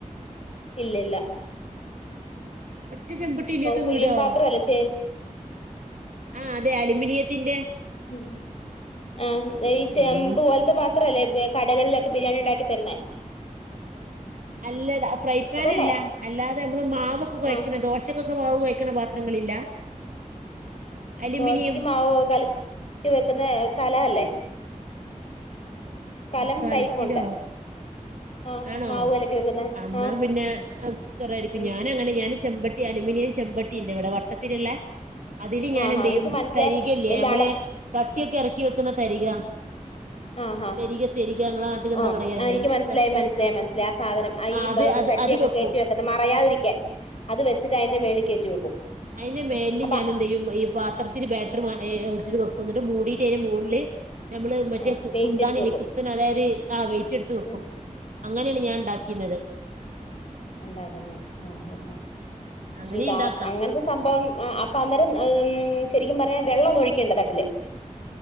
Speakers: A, on the left; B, on the right.
A: ഇല്ലല്ല
B: ഒറ്റ ചെമ്പട്ടിം ഇല്ലാത്ത
A: കുഴിയൻ
B: വീടോ
A: പാത്രല്ലേ ചേ
B: ആഹ് അതെ അലുമിനിയത്തിന്റെ
A: ഉം ആഹ് ഈ ചെമ്പുപോൽത്തെ
B: അയ്യോ
A: പാത്രല്ലേ ബേ കടകളിലൊക്കെ ബിരിയാണി ഉണ്ടാക്കി തരുന്നേ
B: അല്ലട ഫ്രൈ പാനല്ല
A: അതല്ലേ
B: അല്ലാതെ നമ്മള് മാവൊക്കെ കൊഴക്ക്ണെ
A: ആഹ്
B: ദോശ ക്കൊക്കെ മാവ് കൊഴക്ക്ണെ പാത്രങ്ങളില്ല അലുമിനിയം
A: ദോശയ്ക്ക് മാവ് കലക്കി വെക്ക്ന്നെ കല അല്ലേ കലം
B: ആഹ് കലത്തിലോ
A: ടൈപ്പ് ഉണ്ട് ആഹ്
B: ആണോ
A: മാവ് കലക്കി വെക്കുന്നെ
B: അന്നാ
A: ആഹ്
B: പിന്നെ <unintelligible>
A: ഉം
B: ഞാൻ നങ്ങനെ ഞാൻ ചെമ്പട്ടി അലൂമിനിയം ചെമ്പട്ടിണ്ട് വടെ വട്ടത്തില്ള്ളെ അതില് ഞാനെന്തെയ്യും
A: ആഹ് ആഹ് എനിക്ക് മനസ്സിലായി
B: തരികല്ലേ
A: വല്യ
B: ഞമ്മള്
A: അടപ്പ്
B: ചട്ടിയൊക്കെ എറക്കി വെക്കുന്ന തരിക
A: ആഹ്
B: തരിക തരിക ഞങ്ങളെ നാട്ടിൽ എന്താ
A: ആഹ്
B: പറയാ അതിന്
A: ആഹ് എനിക്ക് മനസ്സിലായി
B: ചട്ടിയൊക്കെ
A: മനസ്സിലായി മനസ്സിലായി ആ സാധനം അ
B: ആ
A: ഈ
B: അത് അത്
A: ചട്ടിയൊക്കെ
B: അത് വെക്കും
A: കേറ്റി വെക്ക്ന്നെ മറയാതിരിക്കാൻ അത് വെച്ച്ട്ട് അതിന്റെ മേളിൽ കേറ്റി വെക്കും
B: അയ്ൻ്റെ മേല്
A: അപ്പൊ
B: ഞാനെന്തെയ്യും ഈ പാത്ര ഇത്തിരി ബേറ്ററ് മ എ ടിച്ച്ട്ട് വെക്കും ന്ന്ട്ട് മൂടിട്ട് അയ്ൻ്റെ മോൾല് നമ്മള് മറ്റേ
A: ആ
B: കു
A: വെയിറ്റ്
B: കുന്താണില്ലെ
A: എടുത്ത് വെക്കും
B: കുത്ത്ന് അതായത് ആ വെയിറ്റ്ട്ത്ത് വെക്കും
A: ഉം,
B: അങ്ങനെണ് ഞാൻ ണ്ടാക്കിന്നത്
A: ഉണ്ടാകുന്നത് ഹൊ ഹൊ ഹൊ പക്ഷെ
B: അങ്ങനെ
A: ഇതാ
B: ഉണ്ടാക്കാം
A: അങ്ങൻത്തെ സ് സംഭവം അ അപ്പൊ അന്നേരം ഉം ശെരിക്കും പറഞ്ഞ വെള്ളൊന്നും ഒഴിക്കണ്ട തട്ടില്